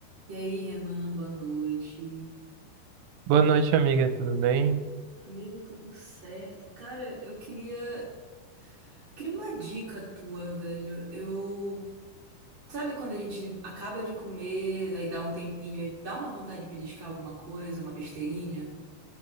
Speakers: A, on the right (about 40°); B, on the right (about 80°).
A: E aí, Renan, boa noite.
B: Boa noite, amiga. Tudo bem?
A: Amigo, tudo certo? Cara, eu queria, queria uma dica tua, velho. Eu, sabe quando a gente acaba de comer, aí dá um tempinho, aí dá uma vontade de beliscar alguma coisa, uma besteirinha?